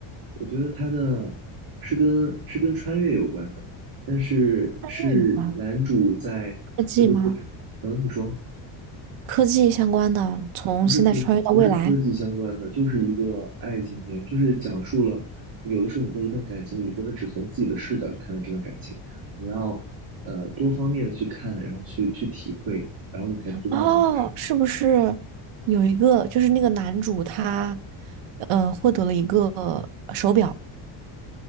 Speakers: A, on the right; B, on the right.
A: 我觉得它的是跟是跟穿越有关的，但是是男主在这个过程，
B: 越有关。科技吗？
A: 嗯，你说
B: 科技相关的，从现在穿越到未来。
A: 不是科不是科技相关的，就是一个爱情片，就是讲述了有的时候你在一段感情里，你不能只从自己的视角去看待这段感情，你要呃多方面的去看，然后去去体会，然后你才知道就是
B: 哦，是不是有一个就是那个男主他呃获得了一个手表，